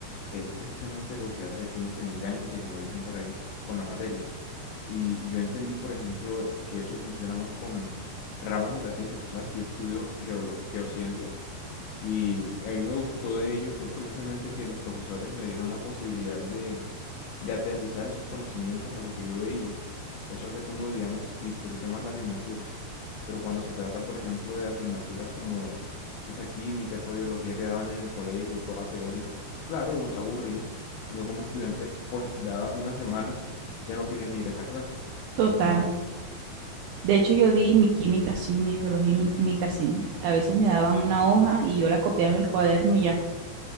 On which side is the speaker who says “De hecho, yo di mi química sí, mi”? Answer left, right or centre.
Right